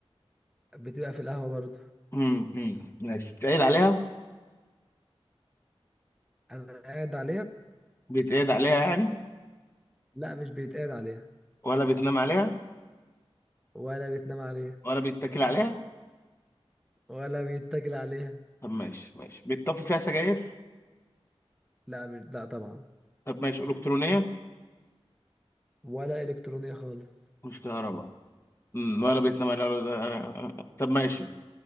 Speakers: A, in the centre; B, on the left.
A: بتبقى في القهوه برضو
B: مم، مم. ماشي بتعيد عليها
A: انا قاعد عليها
B: بيتقعد عليها يعني
A: لا مش بيتقال عليها
B: ولا بتنام عليها
A: ولا بيتنام عليها
B: ولا بيتاكل عليها
A: ولا بيتاكل عليها
B: طب ماشي ماشي بيتطفي فيها سجاير
A: لا مش لا طبعا
B: طب ماشي الكترونيه
A: ولا إلكترونية خالص
B: مش كهرباء امم ولا بيتنام عليها ولا طب ماشي